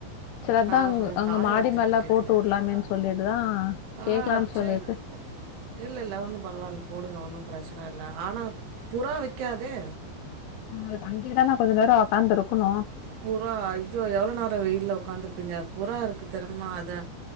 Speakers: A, on the left; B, on the right.
A: செரி அதா
B: ஆஹோ
A: அ அங்க
B: காய
A: மாடி
B: வைக்கிறது
A: மேல
B: கேக்குறீங்களா
A: போட்டு விடலாமேன்னு சொல்லிட்டுதா கேக்கலான்னு
B: ஆ
A: சொல்லிட்டு
B: சேரி இல்லல்ல ஒன்னு பரவாயில்ல போடுங்க ஒன்னு பிரச்சனல்ல ஆனா புறா வைகாதே
A: அ அங்க தா நா கொஞ்சோ நேரோ உட்காந்துருக்கணு
B: புறா ஐயோ எவ்ளோ நேரோ வெயில்ல உட்காந்துருப்பீங்க புறா இருக்கு தெர்மா அத